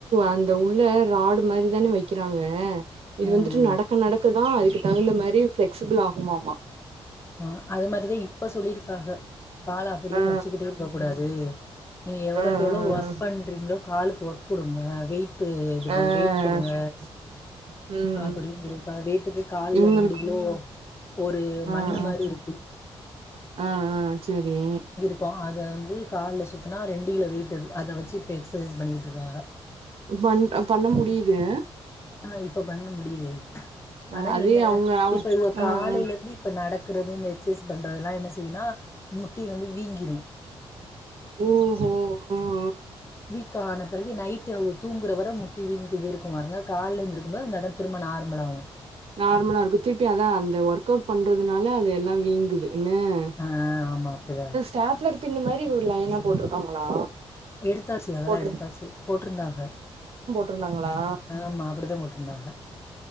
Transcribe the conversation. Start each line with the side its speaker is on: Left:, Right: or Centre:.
Right: அந்த உள்ள ராடு மாரிதானே வைக்கிறாங்க இது
Left: ம்
Right: வந்துட்டு
Left: ம்
Right: நடக்க நடக்கதான் அதுக்கு தகுந்த மாரி பிளெக்சிபிள் ஆகுமாமா
Left: ஆ அது மாரிதான் இப்ப சொல்லியிருக்காக கால அப்டியே
Right: ஆ
Left: வச்சுக்கிட்டே இருக்க கூடாது நீ எவ்வளோக்கு
Right: ஆ ஆ ஆ
Left: எவ்ளோ ஒர்க் பண்றீங்களோ காலுக்கு ஒர்க் குடுங்க வெயிட் இதுபோல
Right: ஆ ஆ
Left: வெயிட் போடுங்க
Right: <inaudible> ம்
Left: அப்டின்
Right: ம்
Left: சொல்லிருக்கா வெய்ட்டுக்கு கால்ல
Right: இவுங்களுக்கு
Left: ரெண்டு கிலோ ஒரு
Right: ஆ
Left: மண்ணு
Right: ஆ
Left: மாரி இருக்கு
Right: ஆ ஆ செரி
Left: இப்போ அத வந்து கால்ல சுத்துனா ரெண்டு கிலோ வெயிட் அது அத வச்சு இப்போ எக்ஸசைஸ் பண்ணிக்கிட்டு இருக்காங்க
Right: மன் ஆ பண்ண முடிது
Left: ஆ இப்ப பண்ண முடிது
Right: அ
Left: ஆனா
Right: அதே
Left: என்ன
Right: அவங்க அவ்
Left: இப்ப இவ
Right: அ
Left: காலையிலருந்து
Right: அ
Left: இப்போ நடக்கிறது இந்த எக்சைஸ் பண்றதெல்லாம் என்ன செய்யுனா முட்டி வந்து வீங்கிரும்
Right: ஓஹோ அ அ
Left: வீக் ஆன பிறகு நைட் அவ தூங்குறவரை முட்டி வீணிக்கிட்டே இருக்கு பாருங்க கால்ல எந்துருக்கும் போது அந்த இடம் திரும்ப நார்மலாகும்
Right: நார்மலா இருக்கும் திருப்பி அதான் அந்த ஒர்க் அவுட் பண்றதுனால அது எல்லாம் வீங்குதுன்னு என்ன
Left: ஆ ஆமா அப்டிதான்
Right: டேப்லர் பின் மாரி ஒரு லைனா போட்ருக்காங்களா
Left: எடுத்தாச்சு அதெல்லாம்
Right: போட்ரு
Left: எடுத்தாச்சு போட்ருந்தாக
Right: இருந்தாங்களா
Left: ஆமா அப்டிதான் போட்டுருந்தாங்க